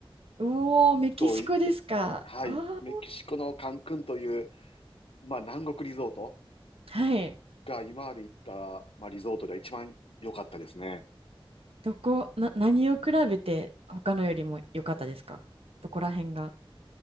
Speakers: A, on the right; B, on the left.
A: うおー、メキシコですか。
B: とい、はい、
A: ああ。
B: メキシコのカンクンという、まあ、南国リゾート
A: はい。
B: が今まで行った、まあ、リゾートでは一番良かったですね。
A: どこ、な、何を比べて他のよりも良かったですかどこら辺が。